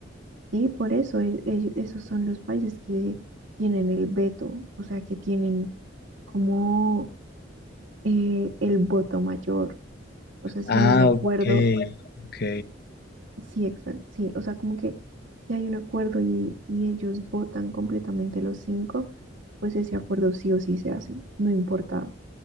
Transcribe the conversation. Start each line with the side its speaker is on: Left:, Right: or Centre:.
Right: y por eso el- el- esos son los países que tienen el veto, o sea, que tienen como eh, el voto mayor. O sea, si
Left: Ah,
Right: hay un acuerdo,
Left: ok, ok.
Right: sí, exacto, sí, o sea, como que si hay un acuerdo y, y ellos votan completamente los cinco, pues ese acuerdo sí o sí se hace, no importa